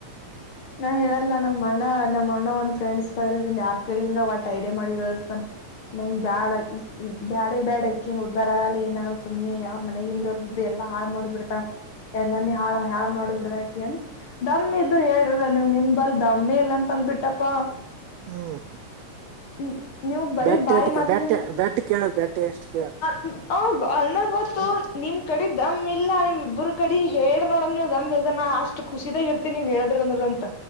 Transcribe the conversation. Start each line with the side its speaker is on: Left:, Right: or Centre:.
Left: ನಾ ಹೇಳಲ್ಲ ನಮ್ ಮಣ ನಮ್ಮ ಮಣ ಒಂದ್ ಫ್ರೆಂಡ್ಸ್ ಕೈಲಿಂದ ಯಾರ್ ಕೈಲಿಂದ ಒಟ್ಟ ಐಡಿಯಾ ಮಾಡಿ ಹೇಳಸ್ತಾನ. ನಂಗ ಬ್ಯಾಡ ಬ್ಯಾಡೇ ಬ್ಯಾಡಕಿನ್ ಉದ್ದಾರ ಆಲಿ ಏನಾಗ್ಲಿ ಸುಮ್ನೆ ಅವ್ರ ಮನೆಗಿಂದರ್ದ್ದೇ ಯಾರಿಗ್ ಲ್ಲಾ ಹಾಳ್ ಮಾಡಿ ಬಿಡ್ತಾಳ್ ಎಲ್ಲ ನೀ ಹಾಳ್ ಹಾಳ್ ಮಾಡಿ ಬಿಡ್ತಾಳ್ ಅನ್ನು ಆಕಿ ದಮ್ಮ. ಇದ್ರ ಹೇಳ್ರಲ್ಲ ನೀವು ನಿಮ್ ಬಲ್ ದಮ್ಮೇ ಇಲ್ಲ ಅಂತ ಅಂದಬಿಟ್ಟಪ್ಪಾ.
Right: ಹ್ಮ್
Left: ನೀ ನೀವು ಬರೀ
Right: ಬ್ಯಾಟ್
Left: ಬಾಯಿ
Right: ಎಟ್
Left: ಮಾತ್ನ್ಳಿಂದ.
Right: ಬ್ಯಾಟ್ ಬ್ಯಾಟ್ ಕೇಳ ಬ್ಯಾಟ್ ಎಷ್ಟು ಕೇಳ
Left: ಹ ಅಂದಂಗ ಗೊತ್ತು ನಿಮ್ ಕಡೆ ದಮ್ ಇಲ್ಲ ನಿಮ್ ಇಬ್ಬರು ಕಡೆ ಹೇಳ್ರಿ ನೋಡಮ್ ನೀವು ದಮ್ ಇದ್ರ ನಾ. ಅಷ್ಟ ಖುಷಿದಾಗ ಇರ್ತೀನಿ ನೀವ್ ಹೇಳ್. ಅಂತ